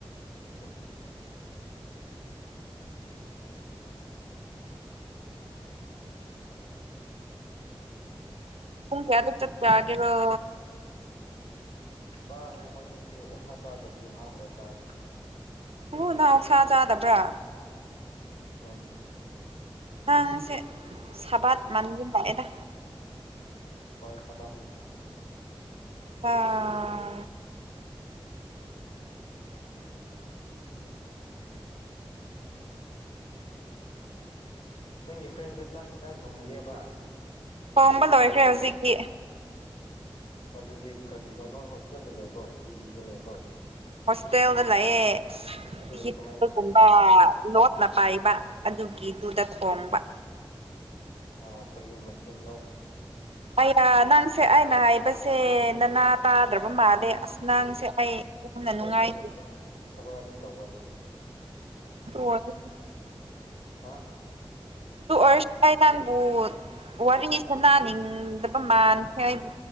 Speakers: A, on the left; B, on the right.
A: <unintelligible>
B: ꯄꯨꯡ ꯀꯌꯥꯗ ꯆꯥꯛ ꯆꯒꯦꯔꯣ
A: ꯆꯥꯈ꯭ꯔꯦ ꯃꯣꯏꯗꯤ ꯑꯩꯗꯤ ꯑꯣꯛꯁꯥ ꯆꯥꯗꯕꯤ ꯉꯥꯢꯍꯥꯛ ꯂꯩꯔꯒ ꯆꯥꯅꯤ
B: ꯑꯣ ꯅꯪ ꯑꯣꯛꯁꯥ ꯆꯥꯗꯕ꯭ꯔꯥ
A: ꯎꯝ
B: ꯅꯪꯁꯦ ꯁꯕꯥꯠ ꯃꯥꯟꯒꯨꯝ ꯂꯥꯛꯑꯦꯗ
A: ꯍꯣꯏ ꯁꯗꯅꯤ
B: ꯑꯥ
A: ꯅꯪꯒꯤ ꯐ꯭ꯔꯦꯟꯗꯨ ꯆꯥꯛ ꯌꯦꯟꯖꯥꯡ ꯊꯣꯡꯂꯤꯑꯦꯕ
B: ꯊꯣꯡꯕ ꯂꯣꯏꯈ꯭ꯔꯦ ꯍꯧꯖꯤꯛꯇꯤ
A: ꯑꯗꯨꯗꯤ ꯀꯔꯤꯅꯣ ꯅꯣꯏ ꯍꯣꯁꯇꯦꯜꯗ ꯂꯩꯕꯣ ꯄꯤ ꯖꯤꯗ ꯂꯩꯕꯣ
B: ꯍꯣꯁꯇꯦꯜꯗ ꯂꯩꯌꯦ
A: ꯑꯗꯨꯒ
B: ꯍꯤꯞꯄ
A: ꯀꯃꯥꯏꯅ ꯆꯥꯛ
B: ꯒꯨꯝꯕ
A: ꯌꯦꯟꯁꯥꯡ ꯊꯣꯡꯕ꯭ꯔꯣ
B: ꯂꯣꯠꯅ ꯄꯥꯏꯕ ꯑꯗꯨꯒꯤꯗꯨꯗ ꯊꯣꯡꯕ
A: ꯑꯣ ꯑꯣ ꯀꯔꯤ ꯃꯊꯦꯟ ꯅꯣ
B: ꯑꯌꯥ ꯅꯪꯁꯦ ꯑꯩꯅ ꯍꯥꯏꯕꯁꯦ ꯅꯅꯥ ꯇꯥꯗ꯭ꯔꯕ ꯃꯥꯜꯂꯦ ꯑꯁ ꯅꯪꯁꯦ ꯑꯩ ꯌꯥꯝꯅ ꯅꯨꯡꯉꯥꯏꯇꯦ
A: ꯑꯩ ꯁꯣꯝꯗ ꯊꯕꯛ ꯑꯅꯤ ꯇꯧꯕ ꯑꯗꯨꯒꯤ
B: ꯇꯣꯛꯑꯣ ꯑꯗꯨꯗꯤ
A: ꯍꯥ
B: ꯑꯗꯨ ꯑꯣꯢꯔꯁꯨ ꯑꯩ ꯅꯪꯕꯨ ꯋꯥꯔꯤꯁꯥꯟꯅꯅꯤꯡꯗꯕ ꯃꯥꯥꯟꯈ꯭ꯔꯦ ꯑꯩ